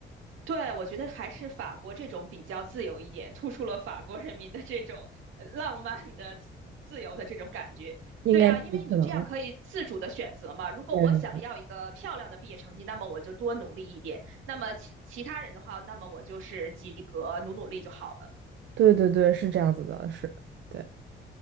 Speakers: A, on the right; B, on the right.
A: 对，我觉得还是法国这种比较自由一点，突出了法国人民的这种呃浪漫的、自自由的这种感觉。
B: 应该是可能，
A: 对啊，因为你这样可以自主的选择嘛。如果我想要一个漂亮的毕业成绩，
B: 对，
A: 那么我就多努力一点；那么其其他人的话，那么我就是及格，努努力就好了。
B: 对对对，是这样子的，是，对，